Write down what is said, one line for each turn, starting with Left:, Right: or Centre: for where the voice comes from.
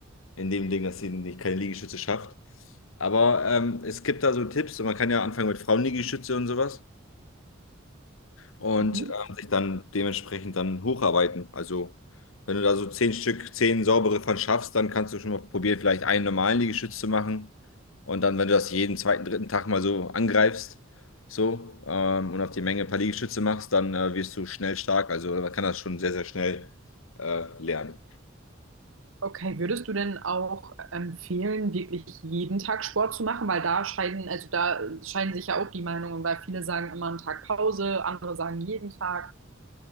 Left: in dem Ding, dass sie nicht keine Liegestütze schafft. Aber ähm, es gibt da so Tipps und man kann ja anfangen mit Frauenliegestütze und sowas. und
Right: Mhm.
Left: ähm, sich dann dementsprechend dann hocharbeiten. Also wenn du da so zehn Stück, zehn saubere von schaffst, dann kannst du schon mal probieren, vielleicht einen normalen Liegestütz zu machen. Und dann, wenn du das jeden zweiten, dritten Tag mal so angreifst, so, ähm, und auf die Menge ein paar Liegestütze machst, dann äh, wirst du schnell stark. Also man kann das schon sehr, sehr schnell äh, lernen.
Right: Okay, würdest du denn auch empfehlen, wirklich jeden Tag Sport zu machen? Weil da scheiden, also da scheiden sich ja auch die Meinungen, weil viele sagen immer einen Tag Pause, andere sagen jeden Tag.